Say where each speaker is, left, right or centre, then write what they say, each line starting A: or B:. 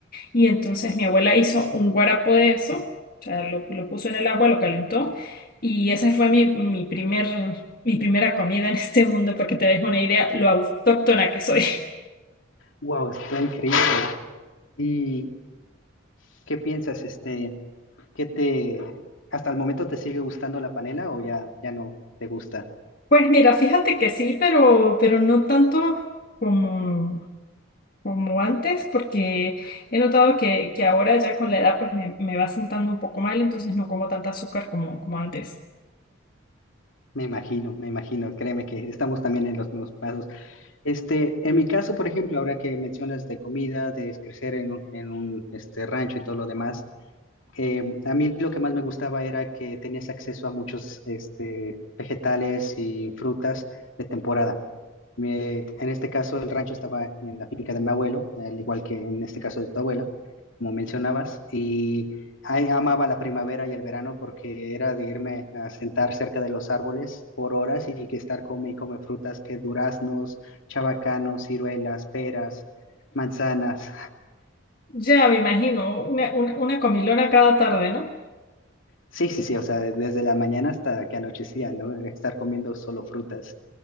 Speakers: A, on the left (about 45°); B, on the left (about 75°).
A: Y entonces mi abuela hizo un guarapo de eso, o sea, lo, lo puso en el agua, lo calentó, y esa fue mi, mi primer, mi primera comida en <laughs> este mundo, para que te dejes una idea lo autóctona que soy. <laughs>
B: Wow, está increíble. ¿Y qué piensas, este, qué te, hasta el momento te sigue gustando la panela o ya, ya no te gusta?
A: Pues mira, fíjate que sí, pero, pero no tanto como, como antes, porque he notado que, que ahora ya con la edad pues me, me va sentando un poco mal, entonces no como tanta azúcar como, como antes.
B: Me imagino, me imagino, créeme que estamos también en los mismos pasos. Este, en mi caso, por ejemplo, ahora que mencionas de comida, de crecer en un, en un este, rancho y todo lo demás, eh, a mí lo que más me gustaba era que tenías acceso a muchos este, vegetales y frutas de temporada. Me- en este caso, el rancho estaba en la finca de mi abuelo, al igual que en este caso de tu abuela, como mencionabas, y ahí amaba la primavera y el verano porque era de irme a sentar cerca de los árboles por horas y que estar come y come frutas que duraznos, chabacanos, ciruelas, peras, manzanas.
A: Ya me imagino, una, una, una comilona cada tarde, ¿no?
B: Sí, sí, sí, o sea, desde la mañana hasta que anochecía, ¿no? Estar comiendo solo frutas.